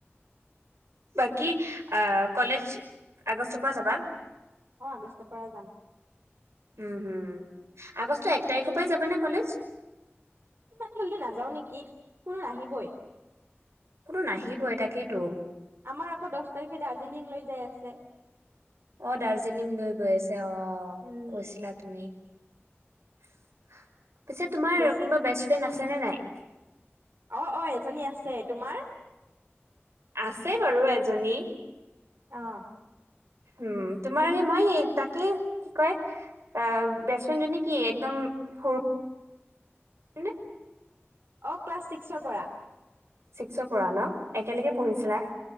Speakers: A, on the right; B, on the right.
A: বাকী আহ কলেজ আগষ্টৰ পৰা যাবা
B: অ আগষ্টৰ পৰা যাম
A: উম হম আগষ্ট এক তাৰিখৰ পৰা যাব নে কলেজ <inaudible>
B: ইমান জল্দি নাযাও নেকি কোনো নাহিবই
A: কোনো নাহিবই তাকেইেতো
B: আমাৰ আকৌ দহ তাৰিখে জিলিং লৈ যায় আছে।
A: অ', দাৰ্জিলিং লৈ গৈ আছে, অ',
B: উম
A: কৈছিলা তুমি। <inaudible> পিছে তোমাৰ
B: বেছি
A: কোনোবা বেষ্ট ফ্ৰেণ্ড আছ ছে নে নাই?
B: অ অ এজনী আছে তোমাৰ
A: আছে বাৰু এজনী
B: অ
A: উম তোমাৰ সেই মই সেই তাকে কি কয় বেষ্ট ফ্ৰেণ্ড জনী কি একদম সৰু <unintelligible>
B: অ ক্লাছ ছিক্সৰ পৰা
A: ছিক্সৰ পৰা ন একেলগে পঢ়িছিলা?
B: উম